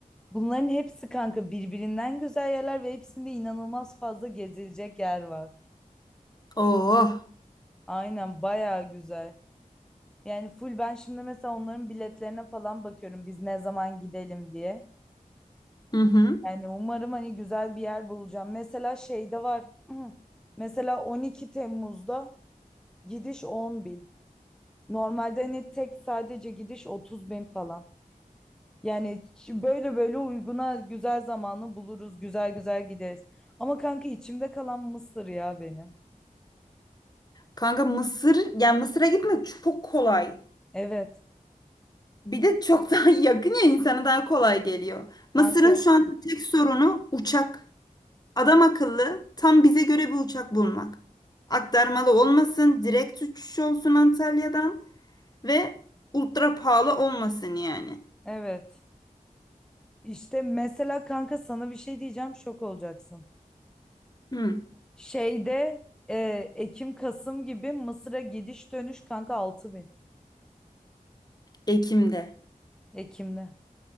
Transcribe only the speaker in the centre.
bunların hepsi kanka birbirinden güzel yerler ve hepsinde inanılmaz fazla gezilecek yer var.
Aynen bayağı güzel. Yani full ben şimdi mesela onların biletlerine falan bakıyorum biz ne zaman gidelim diye.
Yani umarım hani güzel bir yer bulacağım. Mesela şeyde var. <clears throat> Mesela 12 Temmuz'da gidiş 10 bin. Normalde hani tek sadece gidiş 30 bin falan. Yani ç- böyle böyle uyguna güzel zamanı buluruz. Güzel güzel gideriz. Ama kanka içimde kalan Mısır ya benim.
Evet.
Kanka
evet. İşte mesela kanka sana bir şey diyeceğim şok olacaksın.
Şeyde e, Ekim Kasım gibi Mısır'a gidiş dönüş kanka altı bin
Ekim'de.